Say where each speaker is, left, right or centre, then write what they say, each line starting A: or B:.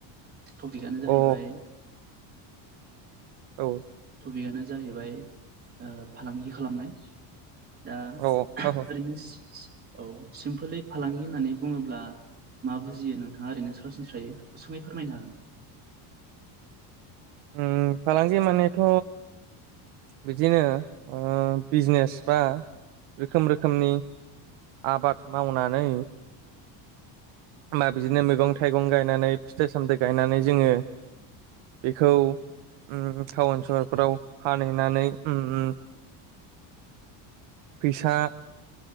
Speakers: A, on the right; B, on the right.
A: टपिकआनो जाहैबाय
B: औ औ।
A: पिकानो जाहैबाय फालांगि खालामनाय। दा
B: औ
A: ओरैनो
B: औ औ
A: औ सिमपोलै फालांगि होननानै बुङोब्ला मा बुजियो नोंथाङा ओरैनो सरासनस्रायै गुसुङै फोरमायनो हागोन।
B: उम फालांगि मानेथ' बिदिनो ओ बिजनेस बा रोखोम रोखोमनि आबाद मावनानै मा बिदिनो मैगं थाइगं गायनानै फिथाइ सामथाइ गायनानै जोङो बेखौ उम टाउन सहरफोराव फानहैनानै उम फैसा